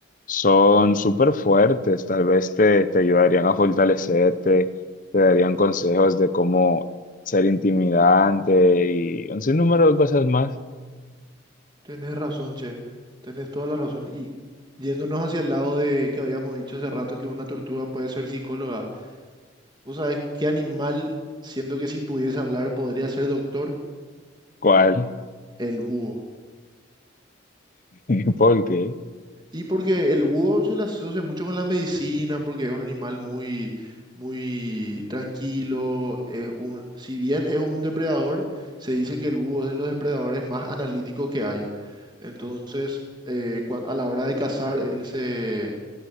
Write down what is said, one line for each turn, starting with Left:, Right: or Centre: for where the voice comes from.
Left: son súper fuertes, tal vez te, te ayudarían a fortalecerte te darían consejos de cómo ser intimidante y un sinnúmero de cosas más.
Right: Tenés razón, che. Tenés toda la razón. Y yéndonos hacia el lado de que habíamos dicho hace rato que una tortuga puede ser psicóloga. ¿Vos sabés qué animal siento que si pudiese hablar podría ser doctor?
Left: ¿Cuál?
Right: El búho.
Left: <laughs> ¿Y por qué?
Right: Y porque el búho se le asocia mucho con la medicina, porque es un animal muy, muy tranquilo. Es un, si bien es un depredador, se dice que el búho es de los depredadores más analíticos que hay. Entonces, eh, cuan- a la hora de cazar, él se